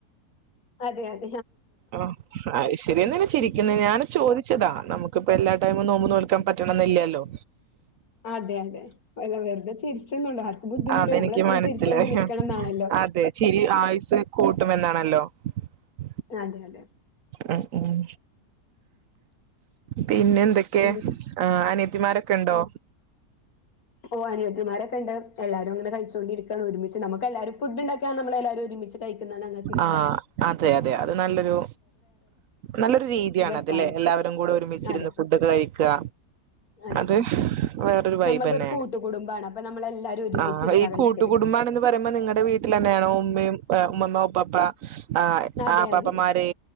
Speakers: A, on the left; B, on the right.
A: അതെ അത്
B: ആഹ് അയിശെരി എന്തിനാ ചിരിക്കുന്നെ ഞാന് ചോദിച്ചതാ നമുക്കിപ്പം എല്ലാ ടൈമും നോമ്പു നോൽക്കാൻ പറ്റണംന്നില്ലല്ലോ
A: അതെ അതെ അല്ല വെറുതെ ചിരിച്ചെന്നുള്ളൂ ആർക്കും ബുദ്ധിമുട്ട്
B: അതെനിക്ക്
A: നമ്മള് എപ്പോഴും
B: മനസ്സിലായി
A: ചിരിച്ചോണ്ട് നിക്കണംന്നാണല്ലോ
B: അതെ ചിരി ആയുസ്സ് കൂട്ടും. <unintelligible>
A: അതെയതെ
B: ഉം ഉം പിന്നെ എന്തൊക്കെയാ?
A: ഉം
B: അനിയത്തിമാരൊക്കെ ഉണ്ടോ?
A: ഓഹ് അനിയത്തിമാരൊക്കെണ്ട്, എല്ലാരും അങ്ങനെ കഴിച്ചോണ്ടിരിക്കയാണ്, ഒരുമിച്ച് നമ്മക്ക് എല്ലാരും ഫുഡുണ്ടാക്കിയാല് നമ്മൾ എല്ലാരും ഒരുമിച്ച് കഴിക്കുന്ന ഞങ്ങക്ക് ഇഷ്ടം
B: ആഹ് അതെ അതെ അത് നല്ലൊരു നല്ലൊരു രീതിയാണ്
A: രസാണ്
B: അതല്ലേ എല്ലാവരും കൂടെ ഒരുമിച്ചിരുന്ന്
A: അതെ
B: ഫുഡൊക്കെ കഴിക്കുക
A: അതെ.
B: അത് വേറൊരു വൈബെന്നെയാണ്
A: നമ്മൾടെ ഒരു കൂട്ടുകുടുംബാണ് അപ്പൊ നമ്മളെല്ലാരും ഒരുമിച്ചിരുന്നാ
B: ആഹ് ഈ
A: കഴിക്കല്.
B: കൂട്ടുകുടുംബ് മ്പാണെന്ന് പറയുമ്പോ നിങ്ങടെ വീട്ടിലെന്നെയാണോ? ഉമ്മയും ആഹ് ഉമ്മമ്മ, ഉപ്പപ്പ, ആഹ്
A: അതെ
B: ആപ്പാപ്പമാര്
A: അതെ